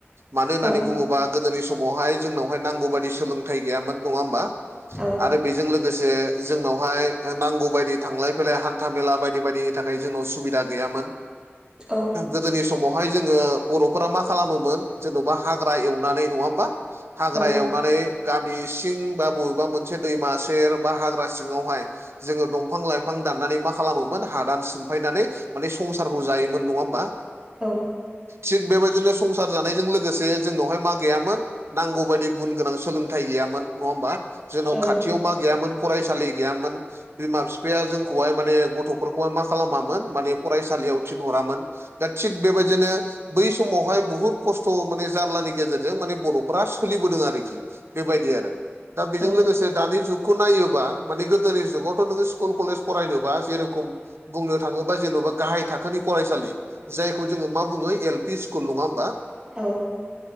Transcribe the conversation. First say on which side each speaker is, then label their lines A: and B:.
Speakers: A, on the right (about 65°); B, on the right (about 15°).
A: मानो होननानै
B: औ
A: बुङोबा गोदोनि समावहाय जोंनावहाय नांगौ बाददि सोलोंथाइ गैयामोन नङा होमबा
B: औ
A: आरो बे जों लोगोसे जोंनावहाय नांगौ बायदि थांलाय फैलाय हान्था मेला बायदि बायदि जों सुबिदा गैयामोन
B: औ
A: समावहाय जोङो बर'फोरा मा खालामोमोन जेन'बा हाग्रा एवनानै नङा होमबा हाग्रा
B: औ
A: एवनानै गामि सिं बा बबेबा मोनसे दैमा सेर बा हाग्रा सिङावहाय जोङो दंफां लाइफां दाननानै मा खालामोमोन हादान सिमफायनानै माने संसारखौ जायोमोन नङा होमबा
B: औ
A: थिग बेबायदिनो संसार जानायजों लोगोसे जोंनावहाय मा गैयामोन नांगौ बाददि गुन गोनां सोलोंथाइ गैयामोन नङा होमबा जोंनाव
B: औ
A: खाथियाव
B: नंगौ
A: मा गैयामोन फरायसालि गैयामोन बिमा बिफाया जोंखौहाय माने गथ' फोरखौहाय मा खालामामोन माने फरायसालियाव थिनहरामोन दा थिग बेबायदिनो बै समावहाय बुहुद खस्थ' माने जारलानि गेजेरजों माने बर'फ सोलिबोदों आरोखि। बेबायदि आरो दा बेजों
B: औ
A: लोगोसे दानि जुग खौ नायोबा माने गोदोनि जुगावथ' नोङो स्कुल कलेज फरायनोबा जेरेखम बुंनो थाङोबा जेन'बा गाहाय थाखोनि फरायसालि जायखौ जोङो मा बुङो एल पि स्कुल नङा होमबा।
B: औ